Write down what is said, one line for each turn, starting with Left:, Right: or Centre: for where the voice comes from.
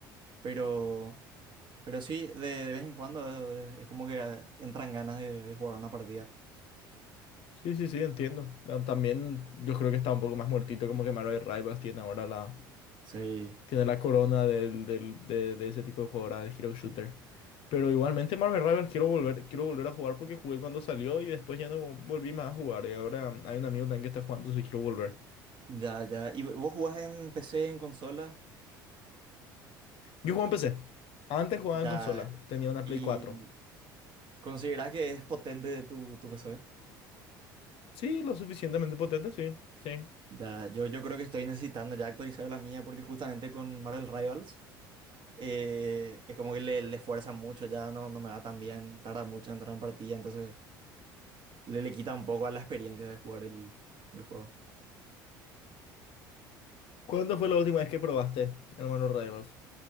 Right: Pero, pero sí, de, de vez en cuando eh, es, como que eh, entran ganas de, de jugar una partida.
Left: sí, sí, sí, entiendo. Ah, También yo creo que está un poco más muertito, como que Marvel Rivals tiene ahora la,
Right: Sí,
Left: tiene la corona del, del, de, de ese tipo de jugadora de Hero Shooter. Pero igualmente Marvel Rivals quiero volver, quiero volver a jugar porque jugué cuando salió y después ya no volví más a jugar. Y ahora hay un amigo también que está jugando, si quiero volver.
Right: ya, ya. ¿Y vos jugás en PC, en consola?
Left: Yo juego en PC. Antes jugaba
Right: Ya.
Left: en consola. Tenía una
Right: ¿Y
Left: Play cuatro,
Right: considerás que es potente tu, tu PC?
Left: Sí, lo suficientemente potente, sí, sí.
Right: Ya, yo, yo creo que estoy necesitando ya actualizar la mía porque justamente con Marvel Rivals eh, es como que le, le fuerzan mucho, ya no, no me va tan bien, tarda mucho en entrar en partida, entonces le, le quita un poco a la experiencia de jugar el, el juego.
Left: ¿Cuándo fue la última vez que probaste el Marvel Rivals?